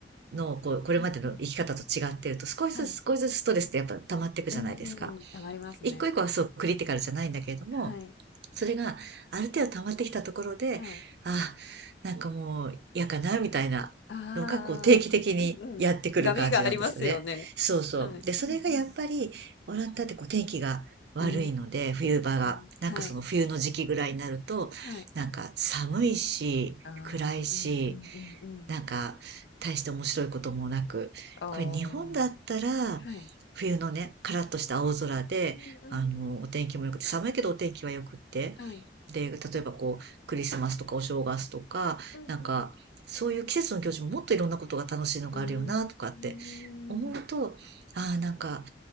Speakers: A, on the right (about 65°); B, on the left (about 70°).
A: のこう、これまでの生き方と違ってると、
B: うんうん。
A: 少しずつ少しずつストレスってやっぱ溜まっていくじゃないですか。
B: はい。うーん、溜まりますね。
A: 一個一個はそうクリティカルじゃないんだけれども、
B: うん。はい。
A: それが、ある程度溜まってきたところで、
B: はい。
A: ああ、なんかもう嫌かな、みたいな
B: ああ、
A: のが、こう、定期的にやってくる感じなんですよね。
B: うんうんうん。波がありますよね。
A: そうそう。
B: はい。
A: で、それがやっぱり、
B: うんうん。
A: オランダってこう、天気が悪いので、
B: うー
A: 冬場が。
B: ん。
A: なんかその冬の時期ぐらいになると、
B: はい。はい。
A: なんか寒いし、
B: ああ、
A: 暗いし、
B: うんうんうんうん。
A: なんか、大して面白いこともなく、
B: ああ。
A: これ日本だったら、
B: はい。
A: 冬のね、カラッとした青空で、
B: うんうんうん。
A: あの、お天気も良くて、寒いけどお天気は良くって、
B: はい。
A: で、例えばこう、クリスマスとかお正月とか、
B: うんうん。
A: なんか、そういう季節の行事ももっといろんなことが楽しいのがあるよな、
B: うーん。
A: とかって思うと、ああ、なんか、